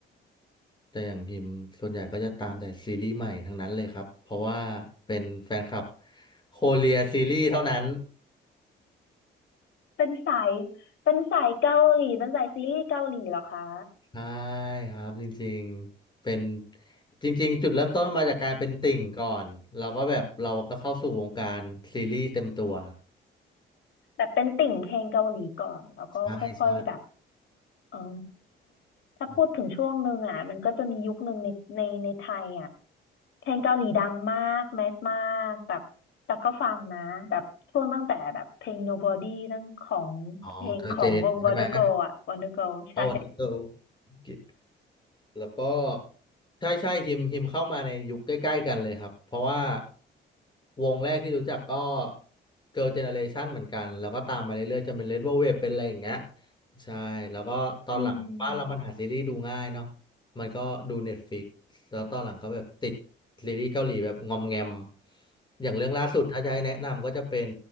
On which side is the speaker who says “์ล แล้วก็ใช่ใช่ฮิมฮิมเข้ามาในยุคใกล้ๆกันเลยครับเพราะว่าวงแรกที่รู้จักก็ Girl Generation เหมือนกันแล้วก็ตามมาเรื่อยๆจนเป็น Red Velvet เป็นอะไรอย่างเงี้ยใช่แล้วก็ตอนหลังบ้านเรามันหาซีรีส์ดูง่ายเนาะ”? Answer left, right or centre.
Left